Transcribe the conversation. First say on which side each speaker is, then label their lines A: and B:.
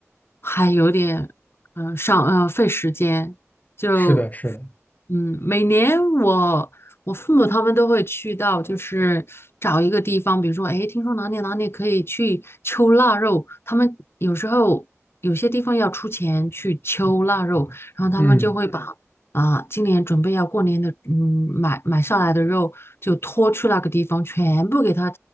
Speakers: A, on the left; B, on the left.
A: 还有点，嗯、上呃费时间，就。
B: 是的，是的，
A: 嗯，每年我我父母他们都会去到，就是找一个地方，比如说，哎，听说哪里哪里可以去秋腊肉，他们有时候有些地方要出钱去秋腊肉，然后他们就会嗯把啊，
B: 嗯，
A: 今年准备要过年的，嗯，买买下来的肉就拖去那个地方，全部给它，